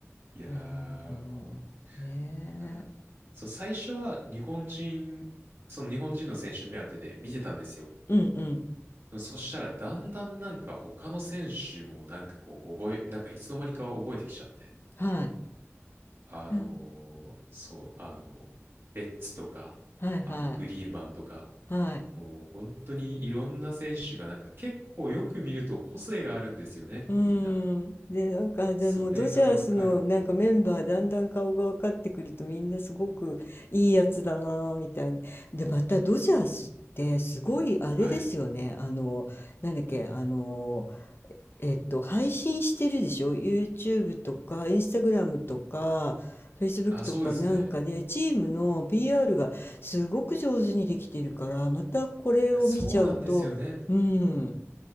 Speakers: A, on the right; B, on the left.
A: いやー、
B: うん、
A: もう、
B: ねえ。
A: だから、そう、最初は日本人、その日本人の選手目当てで見てたんですよ。
B: うんうん。
A: でもそしたら、だんだんなんか他の選手もなんかこう、覚え、なんかいつの間にか覚えてきちゃって。
B: はい。
A: あのーそう、
B: うん、
A: あのベッツとか、
B: はいはい。
A: あの、フリーマンとか、
B: はい。
A: もう本当にいろんな選手がなんか結構よく見ると個性があるんですよね、
B: うん。
A: みんな。
B: で、なんか、
A: それがわかると、
B: じゃあもうドジャースのなんかメンバーだんだん顔が分かってくるとみんなすごくいいやつだなぁみたいな。で、またドジャースってすごいあれですよね。
A: はい。
B: あの、なんだっけ、あの、えっと、配信してるでしょ ?YouTube とか、Instagram とか、Facebook
A: あ、
B: とかなんかで、
A: そうですね。
B: チームの b r がすごく上手にできてるから、またこれを見ちゃうと、
A: いや、そうなんですよね。
B: うん。